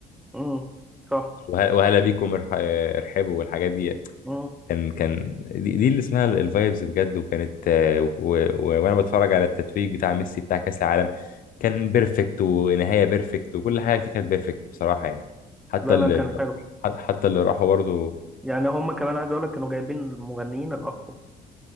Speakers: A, in the centre; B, on the left (about 55°).
A: امم صح
B: وه- وهلا بيكم ارح... ارحبوا والحاجات دي
A: امم
B: كان كان دي, دي اللي اسمها الفايبز بجد وكانت آه، و- و- وانا بتفرج على التتويج بتاع ميسي بتاع كاس العالم كان بيرفكت ونهايه بيرفكت وكل حاجه فيه كانت بيرفكت بصراحه يعني حتى
A: لا
B: اللي
A: لا كان حلو
B: حتى اللي راحوا برضه
A: يعني هم كمان عايز أقول لك كانوا جايبين المغنيين الأقوى